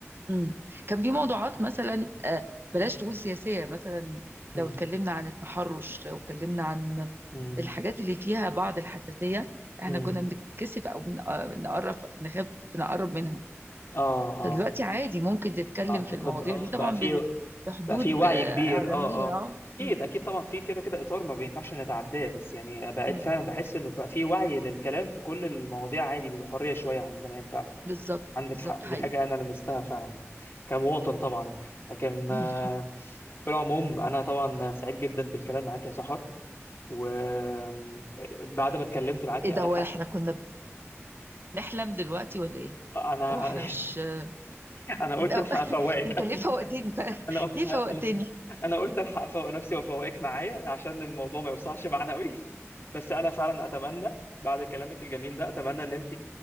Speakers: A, on the right; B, on the left.
A: امم كان في موضوعات مثلا آه، بلاش
B: مم.
A: تقول سياسية مثلا
B: مم.
A: لو اتكلمنا عن التحرش لو اتكلمنا عن
B: مم.
A: الحاجات اللي فيها بعض الحساسية احنا
B: مم.
A: كنا بنتكسف او بن- آه، نقرب نخاف نقرب منها
B: اه اه
A: فدلوقتي عادي ممكن تتكلم
B: اعتقد
A: في المواضيع
B: اه
A: دي طبعا
B: بقى في
A: ب- بحدود
B: بقى في وعي
A: آه،
B: كبير
A: إعلامية
B: اه
A: اه
B: اه اكيد
A: أمم،
B: اكيد طبعا في كده كده اطار ما بينفعش نتعداه بس يعني بقيت
A: أمم.
B: فعلا بحس انه بقى في وعي للكلام في كل المواضيع عادي بحريه شويه عن زمان فعلا
A: بالظبط
B: عندك
A: بالظبط
B: حق
A: حقيقي
B: دي حاجه انا لمستها فعلا كمواطن طبعا لكن آه،
A: أمم.
B: في العموم انا طبعا سعيد جدا بالكلام معاك يا سحر وبعد ما اتكلمت معاكي
A: ايه ده
B: انا
A: واحنا
B: حاسس
A: كنا بنحلم دلوقتي ولا ايه؟
B: انا
A: هو احنا مش <laughs>
B: <laughs> انا قلت
A: إيه ده؟
B: الحق افوقك
A: انت
B: <laughs>
A: ليه فوقتني بقى؟
B: انا
A: <laughs> ليه فوقتني؟
B: انا انا قلت الحق افوق نفسي وافوقك معايا عشان الموضوع ما يوصلش معانا قوي <laughs> بس انا فعلا اتمنى بعد كلامك الجميل ده اتمنى ان انت